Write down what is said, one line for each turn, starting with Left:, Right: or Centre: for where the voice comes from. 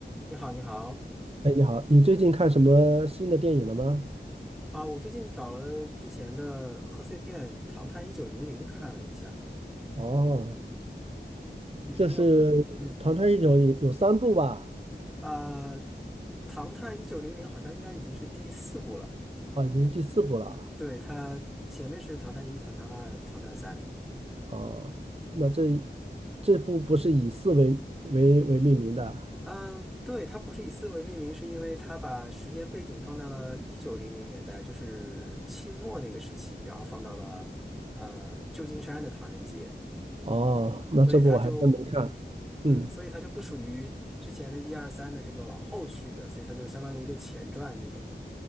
Centre: 你好，你好
Right: 哎，你好，你最近看什么新的电影了吗？
Centre: 啊！我最近找了之前的贺岁片《唐探一九零零》看了一下，
Right: 哦，
Centre: 嗯，
Right: 这是《唐探一九》有有三部吧？
Centre: 你有，嗯啊，唐探一九零零》好像应该已经是第四部了，
Right: 哦，已经是第四部了。
Centre: 对，它前面是《唐探一》《唐探二》《唐探三》，
Right: 哦，那这这部不是以四为为为命名的？
Centre: 嗯，对，它不是以四为命名，是因为它把时间背景放到了一九零零年代，就是清末那个时期，然后放到了呃旧金山的唐人街。
Right: 哦，那这部我还真没看。
Centre: 所以它就
Right: 嗯，
Centre: 嗯，所以它就不属于之前的一二三的这个往后续的，所以它就相当于一个前传那种的。